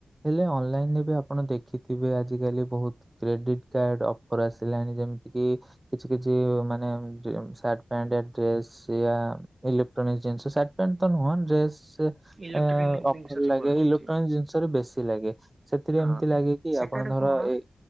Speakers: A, on the right; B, on the right.
A: ହେଲେ ଅନଲାଇନରେ ବି ଆପଣ ଦେଖିଥିବେ ଆଜିକାଲି ବ କ୍ରେଡିଟ କାଡ ଅଫର ଆସିଲାଣି ଯେମିତି କି କିଛି କିଛି ମାନେ ପ ଡ୍ରେସ ଇଲେକ୍ଟ୍ରନିକ ଜିନିଷ ଶାର୍ଟ ପ୍ୟାଣ୍ଟ ତ ନୁହଁ ଡ୍ରେସ ଅଫର
B: ଇଲେକ୍ଟ୍ରୋନିକ ଜିନିଷ ସବୁ
A: ଲାଗେ
B: ଆସୁଛି।
A: ଇଲେକ୍ଟ୍ରୋନିକ ଜିନିଷରେ ବେଶୀ ଲାଗେ, ସେଥିରେ
B: ହଁ
A: ଏମତି ଲାଗେ କି
B: ସେଟାରେ
A: ଆପଣ
B: କଣ
A: ର ଏ